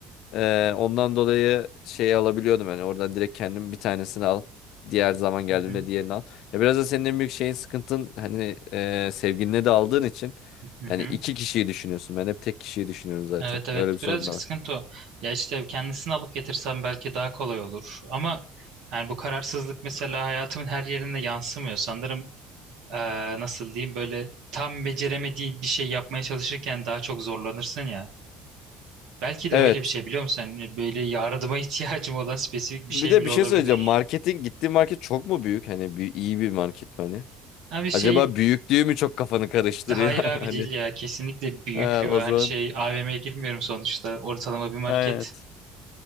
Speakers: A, on the left; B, on the right.
A: Ee, ondan dolayı şeyi alabiliyordum hani oradan direkt kendim bir tanesini al. Diğer zaman geldiğimde
B: Hı hı.
A: diğerini al. Ya biraz da senin en büyük şeyin sıkıntın hani e, sevgiline de aldığın için
B: Hı hı.
A: hani iki kişiyi düşünüyorsun. Ben hep tek kişiyi düşünüyorum zaten.
B: Evet evet
A: Öyle bir sorun
B: birazcık
A: da
B: sıkıntı
A: var.
B: o. Ya işte kendisini alıp getirsem belki daha kolay olur. Ama yani bu kararsızlık mesela hayatımın her yerine yansımıyor. Sanırım eee, nasıl diyeyim böyle tam beceremediğin bir şey yapmaya çalışırken daha çok zorlanırsın ya. Belki de
A: Evet.
B: öyle bir şey biliyor musun? Hani böyle yardıma <laughs> ihtiyacım olan spesifik bir
A: Bir
B: şey
A: de
B: bile
A: bir
B: olabilir.
A: şey söyleyeceğim. Marketin gittiğin market çok mu büyük? Hani bir, iyi bir market mi hani?
B: Abi şey
A: Acaba büyüklüğü mü çok kafanı karıştırıyor?
B: Hayır
A: <laughs> Hani
B: abi değil ya. Kesinlikle büyük
A: ha,
B: bir hani
A: o zaman.
B: şey AVM'ye girmiyorum sonuçta. Ortalama bir market.
A: Evet.